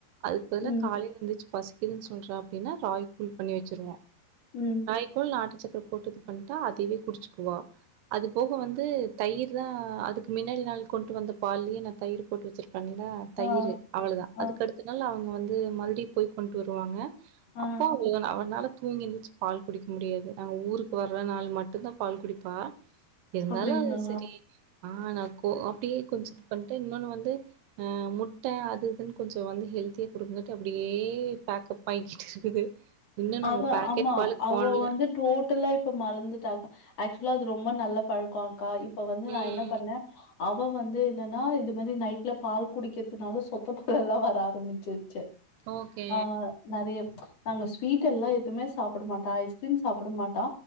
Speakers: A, on the right; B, on the left.
A: அதுக் பதுல
B: ம்
A: இருந்துச்சு பசிக்கிதுன் சொல்றா அப்டின்னா ராகி கூல் பண்ணி வெச்சிருவ
B: ம்
A: ராயீகூல் நாட்டுச்சக் போட்டுதுபண்டா அதவே குடிச்சுக்குவ அது போக வந்து தயிர் தா அதுக்கு மின்னாடி நாள் கொண்டு வந்த பால்லயே நா தயிர் போட்டு வெச்சுரு பண்ணல தயிர்
B: ஆ
A: அவ்ளதா
B: ஆ
A: அதுக்கடுத்தனாள் அவ <unintelligible> ந்து மருபுடியு போய் பண்ட்டு வருவாங்க
B: ஆ
A: அப்போ <unintelligible> அவனால தூங்கி எந்துச்சு பால் குடிக்க முடியாது நாங்க ஊருக்கு வர்ற நாள் மட்டுந்தா பால் குடிப்பா இருந்தாலு
B: அப்டிங்களா
A: அது செரி ஆனா கோ அப்டியே கொஞ்சொ இது பண்ணிட்டு இன்னொன்னு வந்து ஆஹ் முட்ட அது இதுன்னு கொஞ்சொ வந்து ஹெல்த்தியா கொடுகுங்காட்டி அப்டியே பேக்கப் ஆயிக்கிட்டு இருக்குது இன்னு நாங்க
B: அவ
A: பாக்கெட்
B: ஆமா
A: பாலுக்கு
B: அவ
A: போனல
B: வந்து டோட்டலா இப்ப மறந்துடாக்கா ஆக்சுவலா அது ரொம்ப நல்ல பழகோ அக்கா இப்ப வந்து
A: ம்
B: நா என்ன பண்ணே அவ வந்து என்னன்னா இது மாரி நைட்ல பால் குடிக்கிறதுனால சொத்த பால எல்லா வர ஆரம்பிச்சு செரி
A: ஓகே
B: ஆ நறைய அங்க ஸ்வீட் எல்லா எதுவுமே சாப்ட மாட்டா ஐஸ்கிரீம் சாப்ட மாட்டா